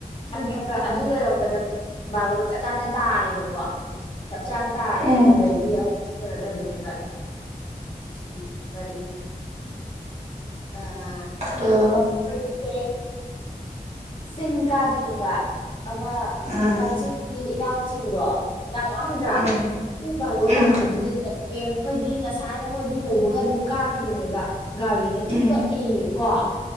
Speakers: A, on the left; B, on the right.
A: ꯑꯗꯨ ꯅꯕ꯭ꯔ ꯑꯗꯨ ꯂꯣꯏꯔꯛꯄꯗ ꯄꯨꯡ ꯕꯥꯔꯣ ꯆꯞ ꯆꯥꯅ ꯇꯥꯔꯦꯕꯀꯣ ꯆꯞ ꯆꯥꯅ ꯇꯥꯔꯦ
B: ꯎꯝ
A: ꯑꯗꯨꯗꯒꯤ ꯑꯩꯈꯣꯏꯁꯦ ꯀꯩꯅꯣ ꯇꯧꯗꯣꯏꯅꯦꯕ ꯎꯝ ꯀꯔꯤ ꯑꯥ
B: ꯀꯩꯗꯧꯗꯣꯏꯕ
A: ꯐꯩꯁꯦ ꯆꯤꯡ ꯀꯥꯗꯣꯏꯅꯦꯕ ꯑꯃ
B: ꯎꯝ
A: ꯀꯛꯆꯤꯡꯒꯤ ꯏꯔꯥꯡ ꯆꯤꯡꯗꯣ ꯌꯥꯝ ꯉꯝꯗ꯭ꯔꯥ
B: ꯎꯝ
A: ꯄꯨꯡ ꯕꯥꯔꯣ
B: ꯎꯝ
A: ꯇꯥꯕꯗꯨꯗꯅꯦ ꯃꯦꯝ ꯍꯣꯏꯗꯤ ꯉꯁꯥꯏꯅ ꯃꯣꯏꯗꯤ ꯌꯧꯕꯒ ꯑꯗꯨꯝ ꯀꯥꯈ꯭ꯔꯕꯅꯦꯕ ꯒꯥꯔꯤꯅ
B: ꯎꯝ
A: ꯊꯤꯡꯀꯠꯂꯤꯌꯦ ꯀ